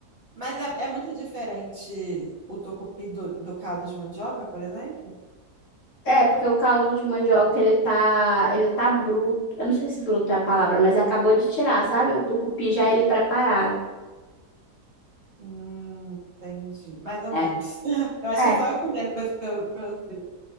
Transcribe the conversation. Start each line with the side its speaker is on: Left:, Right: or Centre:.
Right: Mas é, é muito diferente o tocupi do, do caldo de mandioca, por exemplo?
Left: É, é, porque o caldo de mandioca ele tá, ele tá bruto. Eu não sei se bruto é a palavra, mas acabou de tirar, sabe? O tucupi já é ele preparado.
Right: Hum, entendi. Mais ou menos.
Left: É,
Right: <laughs> Eu acho que é
Left: é,
Right: só eu comendo pra, pra, pra eu ver.